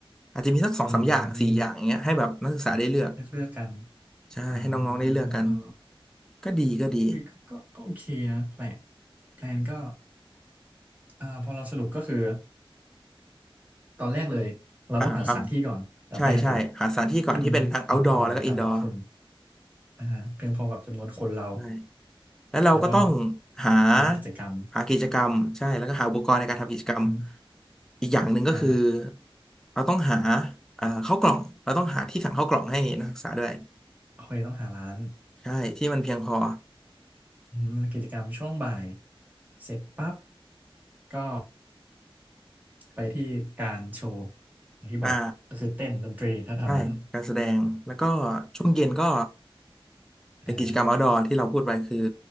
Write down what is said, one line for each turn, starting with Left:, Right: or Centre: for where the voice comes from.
Centre: อาจจะมีสักสองสามอย่างสี่อย่างอย่างเงี้ยให้แบบนักศึกษาได้เลือก
Right: อืมเลือกเลือกกัน
Centre: ใช่ให้น้องๆได้เลือกกัน
Right: อ่าเออ
Centre: ก็ดีก็ดี
Right: วิก็ก็ก็โอเคนะแพลนแพลนก็อ่าพอเราสรุปก็คือตอนแรกเลยเราต้องหาสถานที่ก่อนอันดับแรกเลย
Centre: อ่าครับใช่ใช่หาสถานที่ก่อนที่เป็นทั้ง
Right: ที่มันเพียงพอการรับคน
Centre: outdoor แล้วก็ indoor
Right: อ่าฮะเพียงพอกับจำนวนคนเรา
Centre: ใช่แล้วเราก็ต้อง
Right: แล้วก็
Centre: หา
Right: ลานกิจกรรม
Centre: หากิจกรรมใช่แล้วก็หาอุปกรณ์ในการทำกิจกรรม
Right: อม
Centre: อีกอย่างหนึ่งก็คือ
Right: อ่า
Centre: เราต้องหาเอ่อข้าวกล่องเราต้องหาที่สั่งข้าวกล่องให้นักศึกษาด้วย
Right: โอเคต้องหาร้าน
Centre: ใช่ที่มันเพียงพอ
Right: อืมแล้วกิจกรรมช่วงบ่ายเสร็จปั๊บก็ไปที่การโชว์อย่างที่บอกก็คือเต้นดนตรีแถวๆนั้น
Centre: อ่า ใช่ การแสดง แล้วก็ช่วงเย็นก็เป็นกิจกรรม
Right: อ่า
Centre: outdoor ที่เราพูดไปคือ